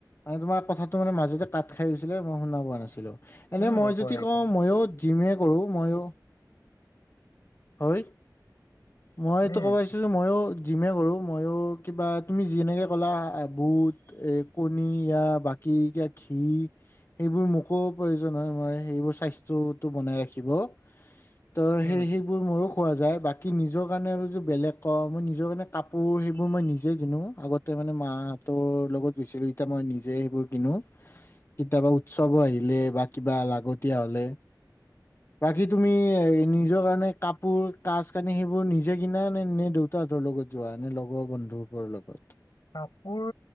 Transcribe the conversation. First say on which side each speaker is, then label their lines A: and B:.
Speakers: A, on the left; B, on the left.
A: মানে তোমাৰ কথাটো মানে মাজতে কাত খাই গৈছিল মই শুনা পোৱা নাছিলো। এনে
B: উম
A: মই
B: একো
A: যদি
B: নাই একো
A: কওঁ
B: নাই
A: ময়ো জিমে কৰো ময়ো, হয়, মই এইটো
B: উম
A: ক'ব ময়ো জিমে কৰোঁ, ময়ো কিবা তুমি জিনেকে ক'লা বুট এ, কণী, বাকী ঘিঁ সেইবোৰ মোকো প্ৰয়োজন হয়, মই মোৰ স্বাস্থ্যটো বনাই ৰাখিব। ত'সে সি
B: উম
A: সেইবোৰ মোৰো খোৱা যায়, বাকী নিজৰ কাৰণে আৰু যে বেলেগ ক, মই নিজৰ কাৰণে কাপোৰ সেইবোৰ মই নিজে কিনো আগত তে মানে মাহঁতৰ লগত গৈছিলো, এতিয়া মই নিজে গৈ কিনো। কেতিয়াবা উৎসৱো আহিলে, বা কিবা লাগতিয়া হ'লে। বাকী তুমি এ, নিজৰ কাৰণে কাপোৰ, কাজ-কানি সেইবোৰ নিজে কিনা নে নে দেউতাহতৰ লগত যোৱা নে লগৰ বন্ধুবোৰৰ লগত?
B: কাপোৰ